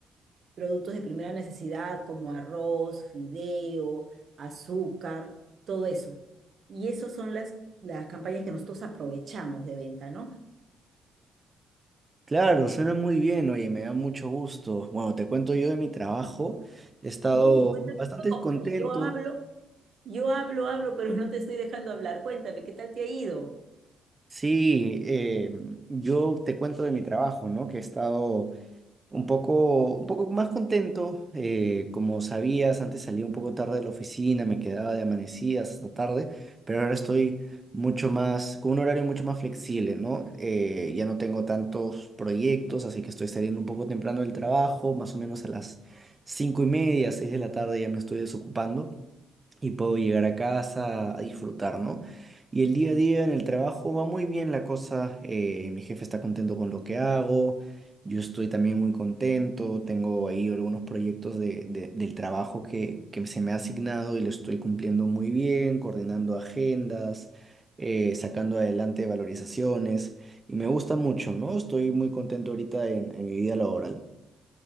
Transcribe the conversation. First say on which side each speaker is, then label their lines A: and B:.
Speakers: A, on the right (about 55°); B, on the right (about 20°).
A: productos de primera necesidad como arroz, fideo, azúcar, todo eso. Y esas son las, las campañas que nosotros aprovechamos de venta, ¿no?
B: Claro, suena muy bien, oye, me da mucho gusto. Bueno, te cuento yo de mi trabajo. He estado
A: Sí, cuéntame
B: bastante
A: un poco,
B: contento.
A: porque yo hablo. Yo hablo, hablo, pero no te estoy dejando hablar. Cuéntame, ¿qué tal te ha ido?
B: Sí, eh, yo te cuento de mi trabajo, ¿no? Que he estado Un poco, un poco más contento, eh, como sabías, antes salía un poco tarde de la oficina, me quedaba de amanecidas hasta tarde, pero ahora estoy mucho más, con un horario mucho más flexible, ¿no? Eh, ya no tengo tantos proyectos, así que estoy saliendo un poco temprano del trabajo, más o menos a las cinco y media, seis de la tarde ya me estoy desocupando y puedo llegar a casa a disfrutar, ¿no? Y el día a día en el trabajo va muy bien la cosa, eh, mi jefe está contento con lo que hago, yo estoy también muy contento, tengo ahí algunos proyectos de, de- del trabajo que, que se me ha asignado y lo estoy cumpliendo muy bien, coordinando agendas, eh, sacando adelante valorizaciones y me gusta mucho, ¿no? Estoy muy contento ahorita en en mi vida laboral.